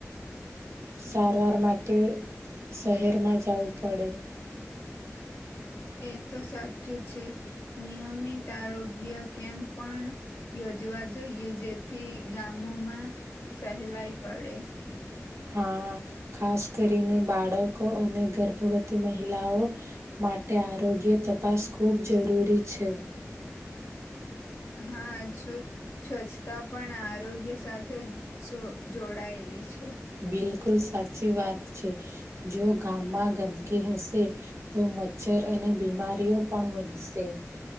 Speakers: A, on the right; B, on the left.
A: સારવાર, માટે શહેરમા જવું પડે.
B: એ તો સાચું છે, નિયમિત આરોગ્ય કેમ્પ પણ યોજ જવા જોઈએ, જેથી ગામોમા સહેલાઈ પડે.
A: હા, ખાસ કરીને બાળકો અને ગર્ભવતી મહિલાઓ માટે માટે આરોગ્ય, તપાસ ખૂબ જરૂરી છે.
B: <inaudible> હા, જ સ્વચ્છતા, પણ આરોગ્ય સાથે જો જોડાયેલી છે.
A: બિલકુ કુલ સાચી વાત છે, જો ગામમાં ગંદકી હશે તો મચ્છર અને બીમારીઓ, પણ વધશે